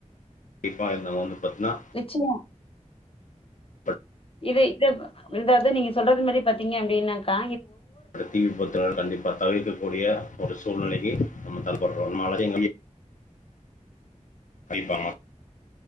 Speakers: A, on the left; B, on the left.
A: கண்டிப்பாக இந்த ஒன்னு பத்தணா
B: நிச்சயமா
A: குக்
B: இது இத ஏதாவது நீங்க சொல்றது மாதிரி பாத்தீங்க அப்படின்னாக்கா
A: தீ விபத்துகள் கண்டிப்பா தவிர்க்கக்க கூடிய ஒரு சூழ்நிலைக்கு நாமம் தல்லப்படுரோம் அது மாரி